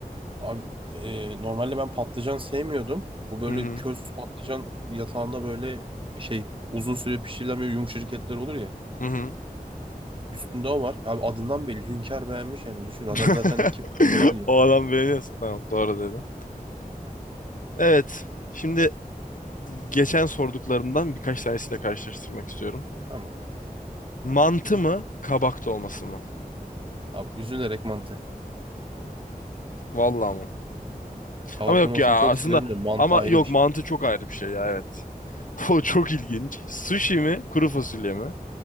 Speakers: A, on the right; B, on the left.
A: Abi e, normalde ben patlıcan sevmiyordum. Bu böyle
B: Hı hı.
A: köz patlıcan yatağında böyle şey uzun süre pişirilen böyle yumuşacık etler olur ya.
B: Hı hı.
A: Üstünde o var. Abi adından belli. Hünkar beğenmiş yani düşün. Adam
B: <laughs>
A: zaten kim bilir neler yiyor.
B: O adam beğeniyorsa tamam doğru dedim. Evet. Şimdi geçen sorduklarımdan birkaç tanesiyle karşılaştırmak istiyorum.
A: Tamam.
B: Mantı mı, kabak dolması mı?
A: Abi üzülerek mantı.
B: Vallahi mı?
A: Kavaklamasını
B: Ama yok ya
A: çok
B: aslında
A: severim de mantı
B: ama
A: ayrı
B: yok
A: bir şey.
B: mantı çok ayrı bir şey ya evet. <laughs> O çok ilginç. Sushi mi kuru fasulye mi?